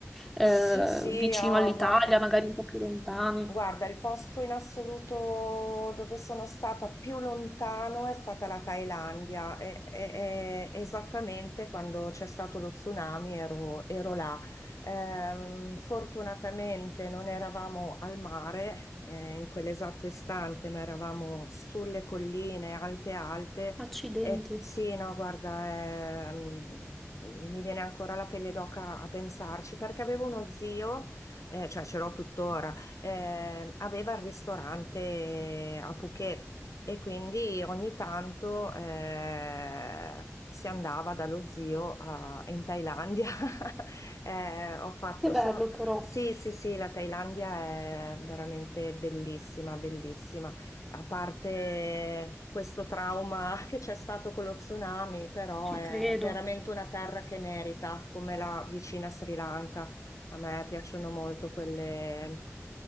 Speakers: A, in the centre; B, on the left.
A: eh,
B: Sì, sì,
A: vicino
B: ah,
A: all'Italia,
B: guarda.
A: magari un po' più lontani.
B: Guarda, il posto in assoluto dove sono stata più lontano è stata la Thailandia. E- e- e- esattamente quando c'è stato lo tsunami ero, ero là. Ehm, fortunatamente non eravamo al mare, eh, in quell'esatto istante, ma eravamo sulle colline alte alte.
A: Accidenti,
B: E sì, no, guarda, ehm, mi viene ancora la pelle d'oca a pensarci perché avevo uno zio eh, cioè ce l'ho tuttora, eh, aveva il ristorante a Phuket e quindi ogni tanto eh, si andava dallo zio a- in Thailandia. <laughs> Eh, ho fatto,
A: che bello
B: sono-
A: però,
B: Sì, sì, sì, la Thailandia è veramente bellissima, bellissima. A parte questo trauma <laughs> che c'è stato con lo tsunami, però
A: ci
B: è
A: credo.
B: veramente una terra che merita, come la vicina Sri Lanka. A me piacciono molto quelle,